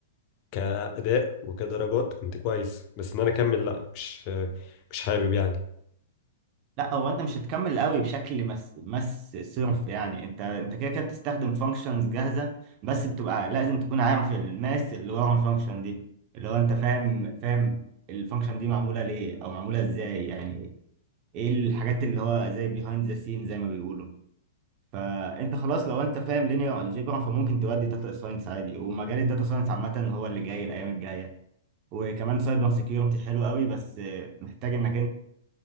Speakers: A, on the left; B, on the right.
A: كأداء وكدرجات كنت كويس بس ان انا اكمل لا مش آه، مش حابب يعني
B: لا هو انت مش هتكمل قوي بشكل مس مس صرف يعني انت انت كده كده بتستخدم فانكشنز جاهزه بس بتبقى لازم تكون عارف الماس اللي ورا الفانكشن دي اللي هو انت فاهم فاهم الفانكشن دي معموله ليه او معموله ازاي يعني ايه الحاجات اللي هو زي بيهايند ذا سين زي ما بيقولوا فانت خلاص لو انت فاهم لينير الجبرا فممكن تودي داتا ساينس عادي ومجال الداتا ساينس عامه هو اللي جاي الايام الجايه وكمان سايبر سيكيورتي حلو قوي بس محتاج انك